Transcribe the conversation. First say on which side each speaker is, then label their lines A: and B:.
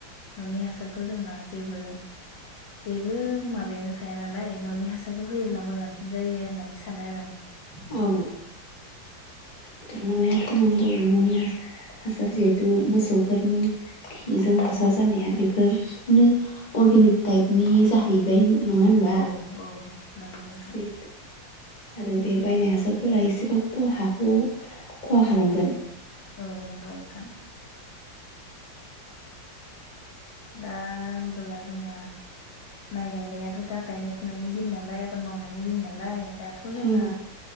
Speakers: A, on the left (about 80°); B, on the left (about 40°).
A: न'नि हासारखौ जोंना जेबो जेबो माबायानो थाया नालाय न'नि हासारखौ होयोब्ला मोजांसिन जायो होननानै सानो आरो आं।
B: औ इथ' नंनायाथ' नंगौ न'नि हासा हासार जिहेथु मोसौफोरनि खिजों हासार जानाया बेफोरनो अर गेनिक टाइपनि जाहैबाय नङा होनबा?
A: औ औ नंगौ नोंथां।
B: जिहेथु आरो बे बायनाय हासारफोरा एसेबाबोथ' हाखौ ख'हा खालामगोन।
A: औ नंगौ नोंथां। दा होमबोला जोंना माइ गायनायाथ' दा गायनाय फुनायनि दिन नालाय आबाद मावनायनि दिन नालाय दाथ'
B: औ
A: जोंना